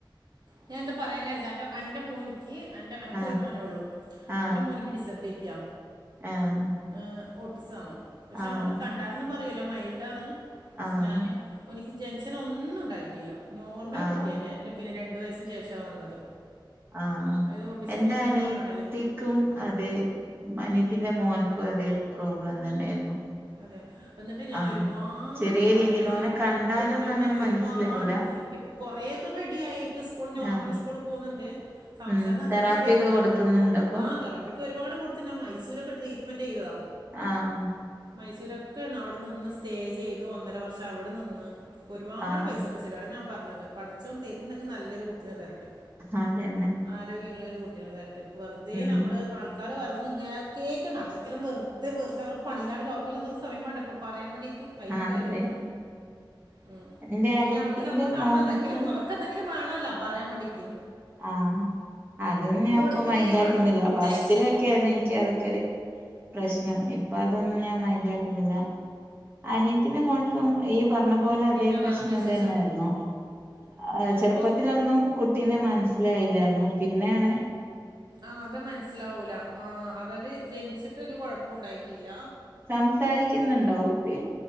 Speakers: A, on the right; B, on the right.
A: ഞാൻ എന്താ പറയാൻ കാരണം വെച്ച അന്റെ മോനിക്ക് അന്റെ അനക്ക്
B: ആഹ്
A: ഒരു മോനേ ഉള്ളു
B: ആഹ്
A: അന്റെ മോനി ഡിസിബിലിറ്റിയോ
B: ആഹ്
A: ആ ഓട്ടിസാണ് പക്ഷെ
B: ആഹ്
A: ഓനെ കണ്ടാലൊന്നും പറയൂല്ല മൈൽഡാണ് പക്ഷെ
B: ആഹ്
A: ഞാന് ഒനിക്ക് ജനിച്ചന്ന് ഒന്നും ഉണ്ടായിട്ടില്ല നോർമൽ
B: ആഹ്
A: കുട്ടിയാന്ന് ഞാൻ എൻ്റെ പിന്നെ രണ്ട് വയസ്സന് ശേഷമാണ് വന്നത്
B: ആഹ്
A: അതായത് ഓട്ടിസം
B: എൻറെ
A: പൊതുവെ
B: അനിയത്തി
A: അങ്ങനെ കാണൽ
B: ക്കും അതെ അനിയത്തിന്റെ മോന്ക്കും അതേ പ്രോബ്ലം തന്നെയായിരുന്നു
A: അതെയോ എന്നിട്ട് ഞാൻ
B: ആഹ്
A: ഒരുപാട്
B: ചെറിയ
A: മോളെ
B: രീതിയിൽ
A: ഞാൻ
B: ഓനെ
A: ഒരുപാട്
B: കണ്ടാലൊന്നും
A: അന്റെ കുട്ടിനെകൊണ്ട്
B: അങ്ങനെ
A: ഞാൻ ഒരുപാട്
B: മനസ്സിലാവൂല
A: ഇപ്പൊ കൊറെക്കെ റെഡിയായി ഇപ്പ സ്കൂൾ നോർമൽ
B: ആഹ്
A: സ്കൂള് പോക്ന്ന്ണ്ട് സംസാരം
B: ഉം
A: അത്ര
B: തെറാപ്പി
A: ശരിയായില്ല
B: ഒക്കെ കൊടുക്കുന്നുണ്ട്
A: ഓഹ്
B: അപ്പൊ
A: ആഹ് തറാപിയൊക്കെ ഒരുപാട് കൊടുത്തി ന് മൈസൂരൊക്കെ ട്രീറ്റ്മെന്റെയ്തതാ
B: ആഹ്
A: മൈസൂരൊക്കെയണ് അവ്ടെ നിന്ന് സ്റ്റേ ചെയ്തു ഒന്നര വർഷം അവ്ടെ നിന്ന് ഒരുപാട്
B: ആഹ്
A: പൈസ പോ പൈസ ചെലവാണ് ഞാൻ പറഞ്ഞത് പടച്ചോതെരിണ്ടെങ്കി നല്ലൊരു കുട്ടിനെ തരട്ട്
B: അതെന്നെ
A: ആരോഗ്യള്ളൊരു കുട്ടിനെ തരട്ട് വെറുതെ
B: ഉം
A: നമ്മൾ ആൾക്ക ആൾക്കാർ പറിന്നെ കേൾക്കേക്കണ്ട അവര്ക്കലും വെറ്തെ വെറ്തെ അവർ പണയിലാണ്ട് അവർക്കല്ലോ ന്തെങ്കുസമയം വേണ്ടെപ്പൊ പറയാ വേണ്ടിട്ട് അയ്നോണ്ട്
B: ആഹ്
A: പറയ്ന്ന്യ
B: അതെ
A: ഉം
B: എന്റെ അനിയത്തിന്റെ
A: പിന്നെ അവർക്കല്ലാമ്മളെ കാണുമ്പോ
B: മോന്ക്കും
A: ന്തെങ്കിലും അവർക്കന്തെങ്കി എന്തെങ്കിലും വേണല്ലോ പറയാ വേണ്ടീട്ട്
B: ആഹ് അതും ഞാൻപ്പ
A: കൊടുക്കേ
B: മൈന്റാക്കുന്നില്ല
A: വേണ്ട
B: ഫസ്റ്റിലൊക്കെെന്നു
A: കേൾക്കുന്നില്ല
B: ഇക്ക് അതൊക്കെരു പ്രശ്നം ഇപ്പൊതൊന്നും ഞാൻ മൈന്റാക്കുന്നില്ല അനിയത്തിന്റെ മോൾക്കും ഈ പറഞ്ഞ പോലെ
A: പിന്നെ
B: അതേ പ്രശ്നം
A: വേറെന്താ വിശേഷം
B: തന്നായിരുന്നോ ആഹ് ചെറുപ്പത്തിലൊന്നും
A: ഇപ്പോൾ
B: കുട്ടീനെ മനസ്സിലായില്ലായിരുന്നു പിന്നെണ്
A: ആഹ് അത് മനസ്സിലാവൂല ആഹ് അവര് ജനിച്ചിട്ടൊരു കൊഴപ്പുണ്ടായ്റ്റീല്ല
B: സംസാരിക്ക്ന്നുണ്ടോ കുട്ടി